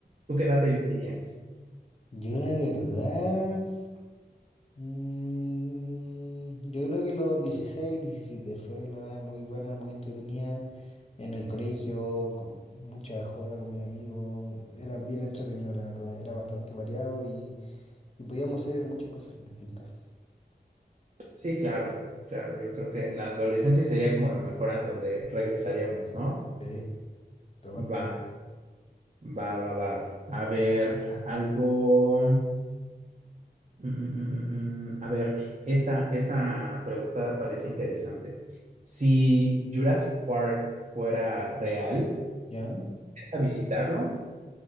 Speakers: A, on the right; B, on the left.
A: tú qué edad elegirías?
B: Yo la verdad... Mm, yo creo que los 16 17 fue una edad muy buena, muy entretenida. En el colegio, con mucha joda con mis amigos. Era bien entretenido, la verdad. Era bastante variado y, y podíamos hacer muchas cosas distintas.
A: Sí, claro, claro. Yo creo que la adolescencia sería como lo mejor a donde regresaríamos, ¿no?
B: Sí, totalmente.
A: Va, va, va, va. A ver, algo. mm, mm, mm, mm, mm, A ver, esta, esta pregunta parece interesante. Si Jurassic Park fuera real,
B: ¿Ya?
A: ¿vas a visitarlo?